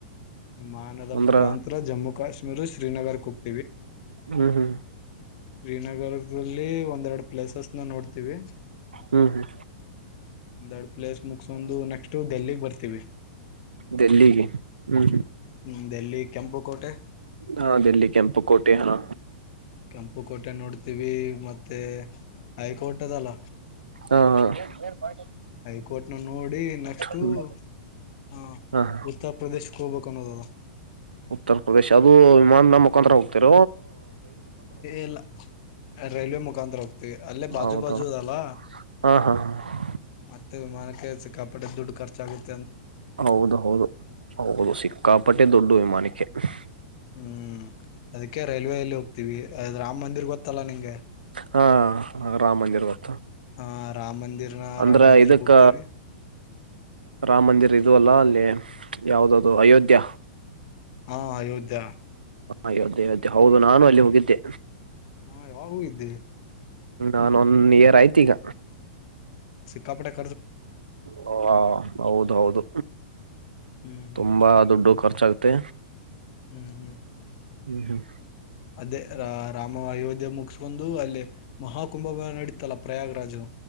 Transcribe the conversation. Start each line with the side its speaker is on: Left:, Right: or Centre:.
Left: ವಿಮಾನದ
Right: ಅಂದ್ರ
Left: ಮುಖಾಂತರ ಜಮ್ಮು ಕಾಶ್ ಶ್ರೀನಗರ <unintelligible>
Right: ಹ್ಮ್ ಹ್ಮ್
Left: ಶ್ರೀನಗರ್ <unintelligible> ಒಂದೆರಡು ಪ್ಲೇಸಸ್ ನ ನೋಡ್ತೀವಿ.
Right: ಹ್ಮ್ ಹ್ಮ್
Left: ಒಂದೆರಡು ಪ್ಲೇಸ್ ಮುಗಸೊಂಡ ನೆಕ್ಸ್ಟ್ ಡೆಲ್ಲಿಗ್ ಬರ್ತೀವಿ
Right: ಡೆಲ್ಲಿಗೆ ಹ್ಮ್ ಹ್ಮ್
Left: ಹ್ಮ್ ದೆಲ್ಲಿ ಕೆಂಪುಕೋಟೆ.
Right: ಹಾ ಡೆಲ್ಲಿ ಕೆಂಪು ಕೋಟೆ ಹಾ
Left: ಕೆಂಪು ಕೋಟೆ ನೋಡ್ <unintelligible> ಮತ್ತೆ ಹೈಕೋರ್ಟ್ದಲ್ಲ
Right: ಹಾ ಹಾ
Left: ಹೈಕೋರ್ಟ್ನ ನೋಡಿ ನೆಕ್ಸ್ಟ್
Right: ಹ್ಮ್
Left: <unintelligible> ಆ
Right: ಹಾ ಹಾ
Left: ಉತ್ತರ ಪ್ರದೇಶಕ್ಕೆ ಹೋಗ್ಬೇಕ ಅನ್ನೋದ
Right: ಉತ್ತರ ಪ್ರದೇಶ್ ಅದು ವಿಮಾನದ ಮುಖಾಂತರ ಹೋಗ್ತಿರ
Left: ಇಲ್ಲ ರೈಲ್ವೆ ಮುಖಾಂತರ ಹೋಗ್ತವಿ ಅಲ್ಲೇ ಬಾಜು
Right: ಹೌದಾ
Left: ಬಾಜು <unintelligible> ಇದಲ್ಲ
Right: ಹಾ ಹಾ ಹಾ
Left: ಮತ್ತೆ ವಿಮಾನಕ್ಕೆ ಸಿಕ್ಕ ಪಟ್ಟೆ ದುಡ್ಡು ಖರ್ಚಆಗುತ್
Right: ಹೌದ ಹೌದು ಹೌದು ಸಿಕ್ಕಾಪಟ್ಟೆ ದುಡ್ಡು ವಿಮಾನಕ್ಕೆ. ಹ್ಮ <inaudible>
Left: ಹ್ಮ್ ಅದಕ್ಕೆ ರೈಲ್ವೆ ಎಲ್ಲಿ ಹೋಗ್ತೀವಿ. ದ ರಾಮ್ ಮಂದಿರ್ ಗೊತ್ತಲ್ಲ ನಿಂಗೆ.
Right: ಹಾ ರಾಮ ಮಂದಿರ್ <unintelligible>
Left: ಹಾ ರಾಮ್ ಮಂದಿರ್ನ
Right: ಅಂದ್ರ
Left: ರಾಮ್ ಮಂದಿರ್ಗೆ
Right: ಇದಕ್ಕ
Left: ಹೋಗ್ತೀವಿ
Right: ರಾಮ ಮಂದಿರ್ ಇದ ಅಲ್ಲ ಅಲ್ಲಿ ಯಾವ್ದದು ಅಯೋಧ್ಯ
Left: ಹಾ ಅಯೋಧ್ಯಾ
Right: ಅಯೋಧ್ಯೆೆಯೋಧ್ಯೆ ಹೌದು ನಾನು ಅಲ್ಲಿ ಹೋಗಿದ್ದೆ
Left: ಹಾ ಯಾವಾಗೂ ಇದ್ದೇವೆ
Right: ನಾನ್ ಒಂದ ಇಯರ್ ಆಯ್ತ ಈಗ
Left: ಕಪಡಡೆ
Right: ಹ ಹೌದ ಹೌದು
Left: ಹ್ಮ್ ಹ್ಮ್
Right: ತುಂಬಾ ದುಡ್ಡು ಖರ್ಚಾಗುತ್ತೆ
Left: ಹ್ಮ್ ಹ್ಮ್
Right: ಹ್ಮ್ ಹ್ಮ್ <inaudible>
Left: ಅದೇ ರ ರಾಮ ಅಯೋಧ್ಯೆ ಮು ಮುಗಸ್ಕೊಂಡು ಅಲ್ಲ ಮಹಾಕುಂಭ ನಡೀತಲ್ಲ ಪ್ರಯಾಗರಾಜು